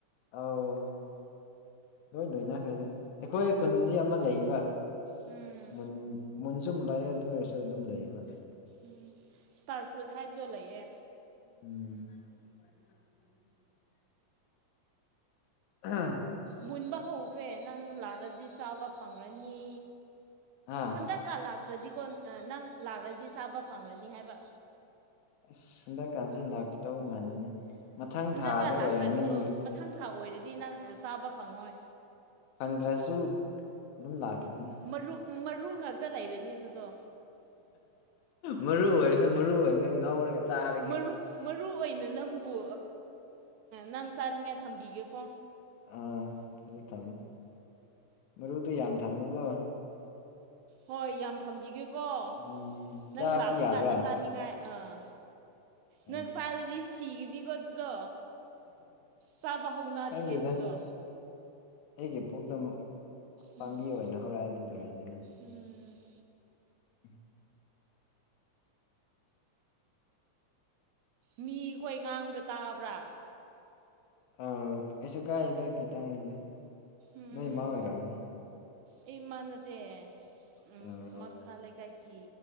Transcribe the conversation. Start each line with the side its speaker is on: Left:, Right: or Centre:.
Left: ꯑꯧ ꯂꯣꯏ ꯂꯣꯏꯅꯈꯔ꯭ꯦꯗ ꯑꯩꯈꯣꯏ ꯈꯨꯟꯗꯗꯤ ꯑꯃ ꯂꯩꯕ
Right: ꯎꯝ
Left: ꯃꯨꯟ ꯃꯨꯟ ꯁꯨꯝ ꯃꯨꯜ ꯂꯛꯑꯦ ꯑꯗꯨ ꯑꯣꯏꯔꯁꯨ ꯑꯗꯨꯝ ꯂꯩꯌꯦꯕ
Right: ꯎꯝ ꯏꯁꯇꯥꯔ ꯐ꯭ꯔꯨꯏꯠ ꯍꯥꯏꯕꯗꯣ ꯂꯩꯌꯦ
Left: ꯎꯝ <inaudible> ꯑꯥ
Right: ꯃꯨꯟꯕ ꯍꯧꯈ꯭ꯔꯦ ꯅꯪ ꯂꯥꯛꯂꯗꯤ ꯆꯥꯕ ꯐꯪꯪꯂꯅꯤ
Left: ꯑꯥ
Right: ꯍꯟꯗꯛ ꯀ ꯂꯥꯛꯇ꯭ꯔꯗꯤꯀꯣ ꯅꯪ ꯂꯥꯛꯂꯗꯤ ꯆꯥꯕ ꯐꯪꯂꯅꯤ ꯍꯥꯏꯕ
Left: ꯑꯁ ꯍꯟꯗꯛꯀꯥꯟꯁꯤꯦ ꯂꯥꯛꯄꯇꯧ ꯃꯥꯥꯟꯂꯅꯤ ꯃꯊꯪ
Right: ꯍꯟꯗꯛꯀ
Left: ꯊꯥꯗ
Right: ꯂꯥꯛꯇ꯭ꯔꯗꯤꯀꯣ
Left: ꯑꯣꯏꯔꯅꯤ
Right: ꯃꯊꯪ ꯊꯥ ꯑꯣꯏꯔꯗꯤ ꯅꯪ ꯆꯥꯕ ꯐꯪꯉꯣꯏ
Left: ꯐꯪꯗ꯭ꯔꯁꯨ ꯑꯗꯨꯝ ꯂꯥꯛꯀꯅꯤ꯫
Right: ꯃꯔꯨ ꯃꯔꯨ ꯉꯥꯛꯇ ꯂꯩꯔꯅꯤ ꯑꯗꯨꯗꯣ
Left: ꯃꯔꯨ ꯑꯣꯏꯔꯁꯨ ꯃꯔꯨ ꯑꯣꯏꯅ ꯉꯧꯔꯒ ꯆꯥꯔꯒꯦ
Right: ꯃꯔꯨ ꯃꯔꯨ ꯑꯣꯏꯅ ꯅꯪꯕꯨ ꯅꯪ ꯆꯥꯅꯤꯡꯉꯥꯏ ꯊꯝꯕꯤꯒꯦꯀꯣ
Left: ꯑꯥ ꯑꯗꯨ ꯊꯝꯃꯨ ꯃꯔꯨꯗꯨ ꯌꯥꯝ ꯊꯝꯃꯨꯀꯣ
Right: ꯍꯣꯏ ꯌꯥꯝ ꯊꯝꯕꯤꯒꯦꯀꯣ
Left: ꯎꯝ
Right: ꯅꯪ
Left: ꯆꯥꯕꯗꯤ
Right: ꯂꯥꯛꯄ
Left: ꯌꯥꯕ꯭ꯔꯥ
Right: ꯀꯥꯟꯗ ꯆꯥꯅꯤꯡꯉꯥꯏ ꯑꯥ
Left: ꯎꯝ
Right: ꯅꯪꯪ ꯄꯥꯜꯗꯤ ꯁꯤꯒꯅꯤꯀꯣ ꯑꯗꯨꯗꯣ ꯆꯥꯕ ꯍꯧꯅꯗꯤꯍꯦ
Left: ꯈꯪꯗꯦꯗ
Right: ꯑꯗꯨꯗꯣ
Left: ꯑꯩꯒꯤ ꯄꯨꯛꯇ ꯑꯃꯨꯛ ꯄꯥꯝꯕꯤ
Right: ꯎꯝ
Left: ꯑꯣꯏꯅ ꯍꯧꯔꯛꯑꯗꯤ ꯂꯣꯏꯔꯤꯗꯅ
Right: ꯎꯝ
Left: ꯎꯝ
Right: ꯃꯤꯈꯣꯏ ꯉꯥꯡꯕ꯭ꯔꯥ ꯇꯥꯕ꯭ꯔꯥ
Left: ꯑꯧ ꯀꯩꯁꯨ ꯀꯥꯏꯗ ꯈꯤꯇꯪꯅꯤꯗ
Right: ꯎꯝ
Left: ꯅꯣꯏ
Right: ꯎꯝꯝ
Left: ꯃꯥ ꯑꯣꯏꯔꯝꯅꯤ
Right: ꯑꯩꯃꯥꯟꯅꯗꯦ ꯎꯝ
Left: ꯀꯅꯥꯔꯣ
Right: ꯃꯈꯥ ꯂꯩꯀꯥꯏ ꯀ